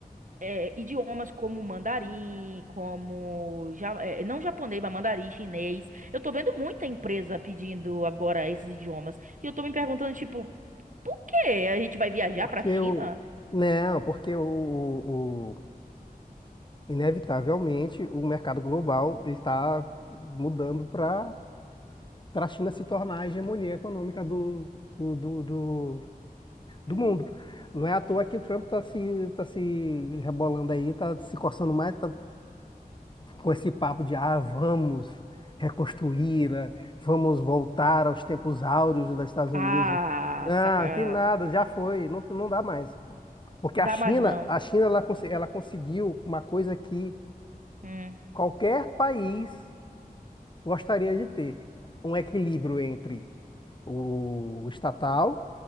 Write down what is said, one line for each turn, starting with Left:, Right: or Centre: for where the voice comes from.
Right: é, idiomas como mandarim, como ja- é, não japonês, mas mandarim, chinês. Eu tô vendo muita empresa pedindo agora esses idiomas. E eu tô me perguntando, tipo, quê? A gente vai viajar
Left: Porque
Right: pra China?
Left: o. Não, porque o, o- o- inevitavelmente o mercado global ele está mudando para para a China se tornar a hegemonia econômica do, do, do, do, do
Right: Hum.
Left: mundo. Não é à toa que o Trump está se, tá se rebolando aí, está se coçando mais, tá com esse papo de ah, vamos reconstruir, ah, vamos voltar aos tempos áureos dos Estados
Right: Ah,
Left: Unidos. ah
Right: saca.
Left: que nada, já foi, não, não dá mais. Porque
Right: Dá
Left: a China,
Right: mais não.
Left: a China ela, conse- ela conseguiu uma coisa que
Right: Hum,
Left: qualquer país gostaria de ter, um equilíbrio entre o estatal